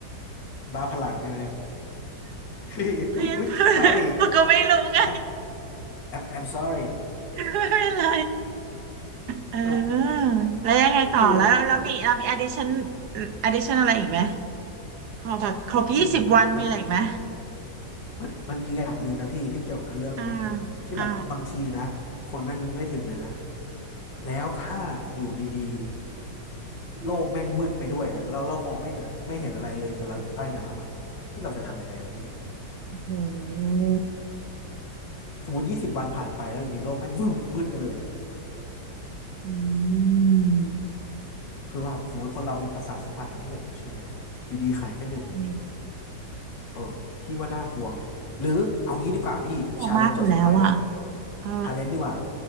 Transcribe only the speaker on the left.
บ้าพลังใช่ไหมเฮ้ย <laughs>
อุ้ยอุ้ย
sorry I'm I'm I'm sorry
ไม่
พี่มัน
ที่จริงอะมันมันมันมันมีอย่างหนึ่งนะพี่ที่เกี่ยวกับเรื่องเนี้ย
ที่แบบบางทีนะคนแม่งนึกไม่ถึงเลยนะ
แล้วถ้าอยู่ดีๆโลกแม่งมืดไปด้วยอะแล้วเรามองไม่เห็นไม่เห็นอะไรเลยแต่เราอยู่ใต้น้ำอะพี่เราจะทำยังไงวะพี่
สมมติยี่สิบวันผ่านไปแล้วอยู่ดีโลกแม่ง <laughs> มืดมืดไปเลยอะ
คือแบบสมมติคนเรามีประสาทสัมผัสทั้งหกใช่ไหมอยู่ดีหายไปหนึ่ง
เออพี่ว่าน่ากลัวไหมหรือเอางี้ดีกว่าพี่ชาเลนจ์จดสุดท้ายแล้ว
ชาเลนจ์ดีกว่า